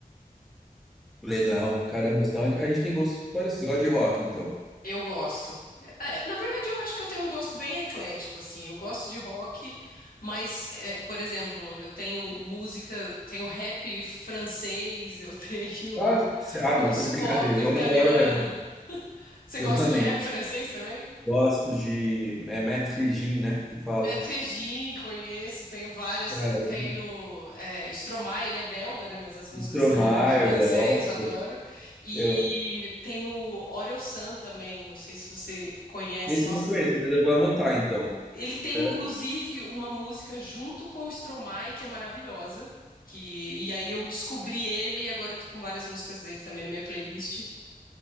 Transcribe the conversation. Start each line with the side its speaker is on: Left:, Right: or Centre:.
Centre: legal, caramba, então a a gente tem gostos parecidos, você gosta de rock então.
Left: Eu gosto. É, na verdade, eu acho que eu tenho um gosto bem eclético, assim. Eu gosto de rock, mas, é, por exemplo, eu tenho música, tenho rap francês, eu <laughs> tenho
Centre: Ah, c- ah, não,
Left: uns
Centre: só de
Left: pop
Centre: brincadeira,
Left: italiano.
Centre: eu adoro rap,
Left: Você
Centre: eu
Left: gosta
Centre: também.
Left: de rap francês também?
Centre: Gosto de. É Maître Gin, né? Que fala.
Left: Metrejim, conheço, tenho várias.
Centre: Caramba.
Left: Eu tenho é, Stromae, ele é belga, né? Mas as músicas
Centre: E Tromar,
Left: são francês,
Centre: eu gosto.
Left: eu adoro. E
Centre: Eu...
Left: tenho Orelsan também, não sei se você conhece.
Centre: Esse
Left: Nossa,
Centre: eu não conheço, mas eu vou anotar então.
Left: ele tem
Centre: Pera.
Left: inclusive uma música junto com o Stromae que é maravilhosa. Que, e aí eu descobri ele e agora eu tô com várias músicas dele também na minha playlist.